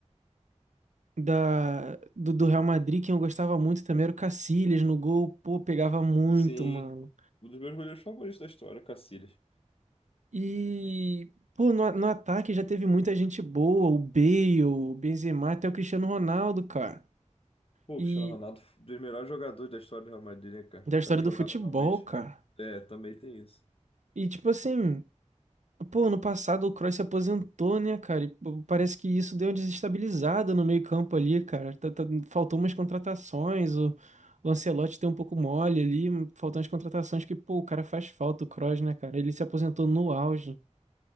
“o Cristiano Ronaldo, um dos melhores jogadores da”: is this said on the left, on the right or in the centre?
Left